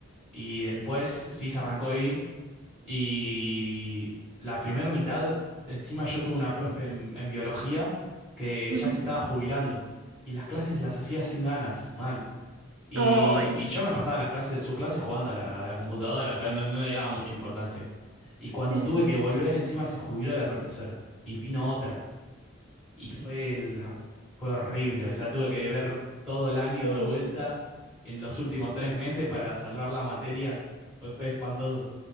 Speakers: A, in the centre; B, on the right (about 85°).
A: y después sí se arrancó a ir y la primera mitad, encima yo tuve una profe en, en biología que
B: Ujú.
A: ya se estaba jubilando y las clases las hacía sin ganas, mal. Y,
B: Ay,
A: y yo me pasaba las clases, sus clases jugando a la, a la computadora, o sea, no, no le daba mucha importancia. Y cuando
B: sí, sí,
A: tuve
B: sí.
A: que volver, encima se jubiló la profesora y vino otra. Y fue, la, fue horrible, o sea, tuve que ver todo el año
B: Ujú.
A: de vuelta en los últimos tres meses para salvar la materia. Fue, fue espantoso.